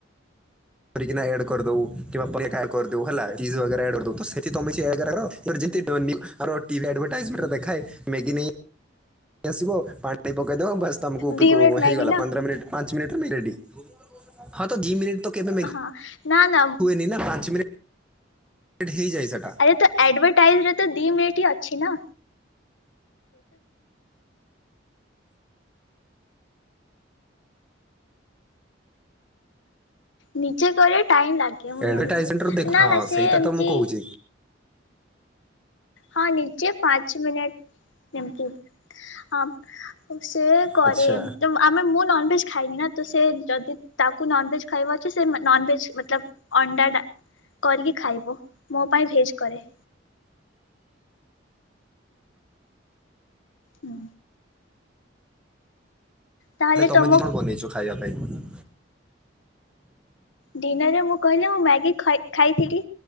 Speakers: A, in the centre; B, on the left.
A: ରିକାନା ଆଡ୍ କରଦବୁ‌ କିମ୍ବା ପନିର୍ <unintelligible> ହେଲା ଚିଜ୍ ବଗେରାଆଡ୍‌ କରଦବୁ ତ ସେଥି ତମେ <unintelligible> <unintelligible> <unintelligible> ଆର ଟିଭି ଆଡଭର୍ଟାଇଜମେଟ ଦେଖାଏ ମେଗି ନେଇ ଆସିବ ପାଣି ପକେଇଦବ ବାସ୍ ତମକୁ ଉପିକୁ
B: ଦି ମିନିଟ୍
A: ହେଇଗଲା
B: ମ୍ୟାଗି ନା
A: ପନ୍ଦର ମିନିଟ୍ ପାଞ୍ଚ ମିନିଟରେ ମେ ରେଡ଼ି ହଁ ଦି ମିନିଟ୍ କେବେ ମେଘ
B: ହଁ ନା ନା
A: ହୁଏନି ନା ପାଞ୍ଚ ମିନିଟ୍ <unintelligible> ହେଇଯାଏ ସେଟା।
B: <unintelligible> ତ ଆଡଭାଟାଇଜରେ ତ ଦି ମିନିଟ୍ ଅଛି ନା। ନିଜେ କରେ ଟାଇମ୍ ଲାଗେ ମୁଁ
A: ଆଡଭର୍ଟାଇଜମେଣ୍ଟରୁ
B: ଜାଣିଚି
A: ଦେଖ
B: ନା
A: ହଁ
B: ନା ସେ
A: ସେଇଟା
B: ଏମତି
A: ତ ମୁଁ କହୁଛି
B: ହଁ ନିଜେ ପାଞ୍ଚ୍ ମିନିଟ୍ ଏମ୍ତି ହଁ ସେ କରେ
A: ଆଚ୍ଛା
B: ଏମ୍ତି ମା ଆମେ ମୁଁ ନନଭେଜ୍ ଖାଇନି ନା ତ ସେ ଯଦି ତାକୁ ନନଭେଜ୍ ଖାଇବ ଅଛି ସେ ମାନ୍ ନନଭେଜ୍ ମତଲବ ଅଣ୍ଡାଟା କରିକି ଖାଇବ ମୋ ପାଇଁ ଭେଜ୍ କରେ। ହୁଁ। ତାହେଲେ
A: ଆରେ ତମେ
B: ତମ
A: ଦି ଜଣ ବନେଇଚ ଖାଇବା ପାଇଁ?
B: ଡିନରରେ ମୁଁ କହିଲି ମୁଁ ମ୍ୟାଗି ଖ ଖାଇଥିଲି